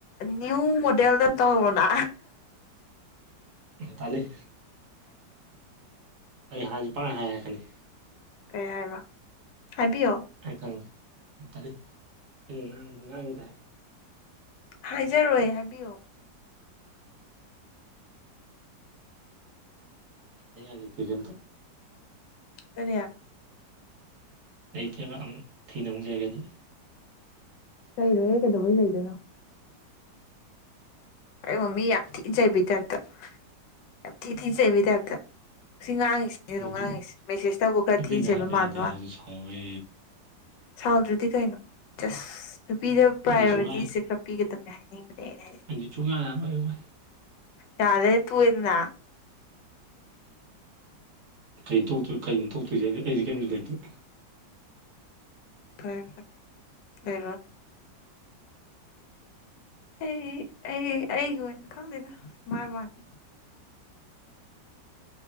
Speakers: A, on the left (about 75°); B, on the right (about 55°).
A: ꯅ꯭ꯌꯨ ꯃꯣꯗꯦꯜꯗ ꯇꯧꯔꯛꯑꯣꯅ
B: ꯇꯜꯂꯤ ꯑꯩ ꯍꯥꯏꯁꯨ ꯄꯪꯍꯥꯏ ꯍꯥꯏ ꯍꯥꯏꯔꯛꯀꯅꯤ
A: ꯀꯩ ꯍꯥꯏꯕ ꯍꯥꯏꯕꯤꯌꯣ
B: ꯍꯥꯏꯔꯛꯀꯅꯤ ꯇꯜꯂꯤ ꯑꯩꯅ ꯉꯥꯡꯉꯁꯨ ꯉꯥꯡꯉꯤꯇ ꯍꯥꯏ
A: ꯍꯥꯏꯖꯔꯣꯏ ꯍꯥꯏꯕꯤꯌꯣ
B: ꯍꯥꯏꯅꯤꯡꯉꯥꯏ ꯂꯩꯇꯦ ꯀꯩꯝꯇ
A: ꯀꯔꯤ
B: ꯂꯩꯇꯕ ꯑꯝ ꯊꯤꯅꯥꯃꯨꯛ ꯆꯩꯔꯛꯀꯅꯤ
A: ꯆꯩꯔꯣꯏꯍꯦ ꯀꯩꯗꯧꯕꯩ ꯆꯩꯗꯣꯏꯅꯣ ꯑꯩꯕꯨ ꯃꯤ ꯌꯥꯝ ꯊꯤ ꯆꯩꯕꯩ ꯇꯥꯏꯞꯇ ꯌꯥꯝ ꯊꯤ ꯊꯤ ꯆꯩꯕꯩ ꯇꯥꯏꯞꯇ ꯑꯁꯤ ꯉꯥꯡꯉꯤꯁꯤ ꯑꯩ
B: ꯅꯨꯄꯤꯅ
A: ꯑꯗꯨꯝ ꯉꯥꯡꯉꯤꯁꯦ ꯃꯦꯁꯦꯖꯇꯕꯨ ꯈꯔ
B: ꯅꯨꯄꯤꯅ
A: ꯊꯤꯅ ꯆꯩꯕ
B: ꯍꯥꯏꯕ
A: ꯃꯥꯟꯕꯩ
B: ꯌꯥꯗꯦ
A: ꯋꯥꯅꯤ
B: ꯍꯥꯏꯕꯁꯨ ꯁꯥꯎꯋꯦ
A: ꯁꯥꯎꯗ꯭ꯔꯗꯤ ꯀꯩꯅꯣ ꯖꯁ ꯅꯨꯄꯤꯗ ꯄ꯭ꯔꯥꯏꯌꯣꯔꯤꯇꯤꯁꯦ
B: ꯑꯩꯗꯤ ꯁꯨꯡꯌꯥ
A: ꯈꯔ ꯄꯤꯒꯗꯕꯅꯦ ꯍꯥꯏꯅꯤꯡꯕꯅꯦ ꯑꯩꯅ ꯍꯥꯏ
B: ꯑꯪꯗꯤ ꯆꯨꯡꯌꯥ ꯌꯥꯔꯣꯏ
A: ꯌꯥꯗ꯭ꯔꯗꯤ ꯇꯣꯛꯑꯦꯗꯥꯅꯥ
B: ꯀꯩ <unintelligible> ꯀꯩꯅꯣ ꯊꯣꯛꯇꯣꯏꯁꯦ ꯑꯩ ꯑꯩꯁꯦ ꯀꯦꯟꯗꯤꯗꯦꯠꯇꯦ
A: ꯐꯔꯦ ꯐꯔꯦ ꯍꯩꯔꯨꯔꯅꯨ ꯑꯩ ꯑꯩ ꯑꯩꯒꯤ ꯑꯣꯏꯅ ꯈꯪꯗꯦꯗ ꯁꯨꯝ ꯍꯥꯏꯕꯩ ꯋꯥꯅꯤ